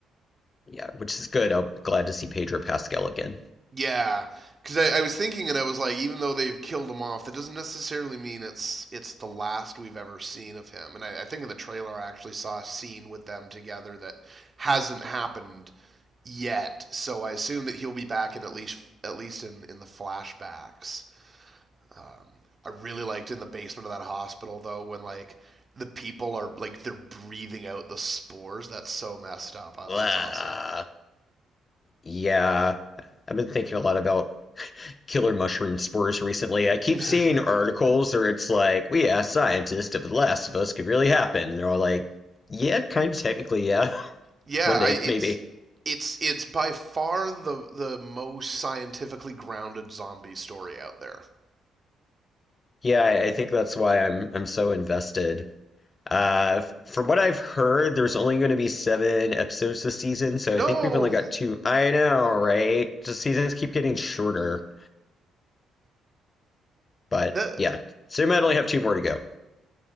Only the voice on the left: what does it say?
Yeah, which is good. I'm glad to see Pedro Pascal again.
Blah.
Yeah, I've been thinking a lot about <laughs> killer mushroom spores recently. I keep
seeing articles where it's like, we asked scientists if The Last of Us could really happen. And they're all like, yeah, kind of technically, yeah. <laughs>
One day,
maybe.
Yeah, I, I think that's why I'm I'm so invested. Uh, f- from what I've heard, there's only going to be seven episodes this season, so
I think we've only got two. I know, right? The seasons keep getting shorter, but
yeah, so we might only have two more to go.